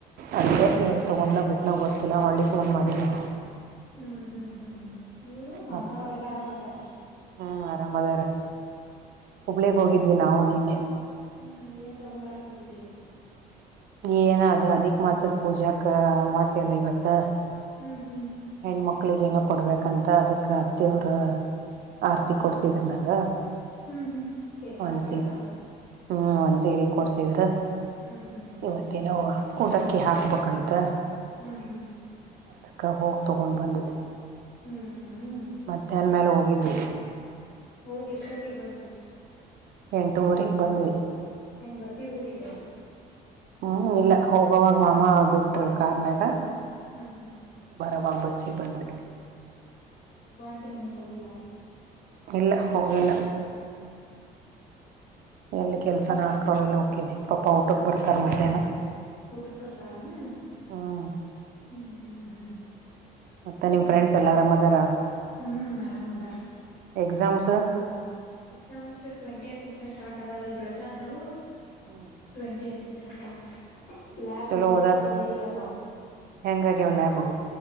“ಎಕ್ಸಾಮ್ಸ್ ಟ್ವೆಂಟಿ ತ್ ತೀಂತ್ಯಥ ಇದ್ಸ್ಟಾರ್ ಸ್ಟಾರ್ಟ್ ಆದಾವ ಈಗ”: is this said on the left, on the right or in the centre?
Left